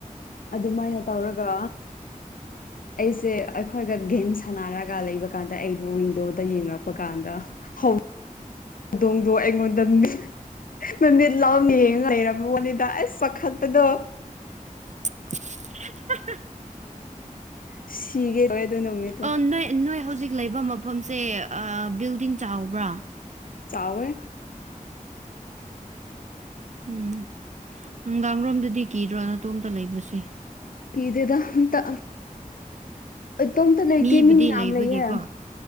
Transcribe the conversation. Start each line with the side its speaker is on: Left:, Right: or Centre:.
Left: ꯑꯗꯨꯃꯥꯏꯅ ꯇꯧꯔꯒ ꯑꯩꯁꯦ ꯑꯩꯈꯣꯏꯒ ꯒꯦꯝ ꯁꯥꯟꯅꯔꯒ ꯂꯩꯕ ꯀꯥꯟꯗ ꯑꯩꯗꯣ ꯋꯤꯟꯗꯣꯗ ꯌꯦꯡꯉꯛꯄ ꯀꯥꯟꯗ ꯍꯦꯜ ꯍꯧꯗꯣꯡꯗꯣ ꯑꯩꯉꯣꯟꯗꯅꯤ ꯃꯃꯤꯠ ꯂꯥꯎꯅ ꯌꯦꯡꯉ ꯂꯩꯔꯝꯃꯒꯣꯅꯤꯗ ꯑꯁ ꯄꯥꯈꯠꯄꯗꯣ
Right: <unintelligible>
Left: ꯁꯤꯒꯦ ꯇꯧꯋꯦ ꯑꯗꯨ ꯅꯨꯃꯤꯠꯇꯣ
Right: ꯑ ꯅꯣꯏ ꯅꯣꯏ ꯍꯧꯖꯤꯛ ꯂꯩꯕ ꯃꯐꯝꯁꯦ ꯕꯤꯜꯗꯤꯡ ꯆꯥꯎꯕ꯭ꯔꯥ
Left: ꯆꯥꯎꯋꯦ
Right: ꯎꯝ ꯅꯨꯡꯗꯥꯡꯔꯣꯝꯗꯗꯤ ꯀꯤꯗ꯭ꯔꯣ ꯅꯅꯥꯇꯣꯝꯇ ꯂꯩꯕꯁꯦ
Left: ꯀꯤꯗꯦꯗ ꯑꯝꯇ ꯏꯇꯣꯝꯇ ꯂꯩꯇꯦ
Right: ꯃꯤꯕꯨꯗꯤ
Left: ꯃꯤ ꯃꯌꯥꯝ
Right: ꯂꯩꯕꯒꯤꯀꯣ
Left: ꯂꯩꯌꯦ